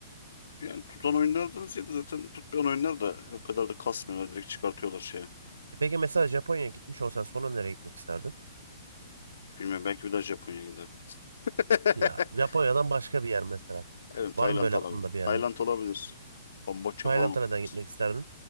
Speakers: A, on the left; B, on the right.
A: yani tutan oyunlardan ziyade zaten tutmayan oyunlar da o kadar da kasmıyorlar. Direkt çıkartıyorlar şeye.
B: E peki mesela Japonya'ya gitmiş olsan sonra nereye gitmek isterdin?
A: Bilmiyorum belki bir daha Japonya gider. <laughs>
B: Ya Japonya'dan başka bir yer mesela.
A: Evet
B: Var
A: Tayland
B: mı böyle
A: olabilir.
B: aklında bir yerler?
A: Tayland olabilir. Kamboçya
B: Tayland'a
A: falan olabilir.
B: neden gitmek isterdin?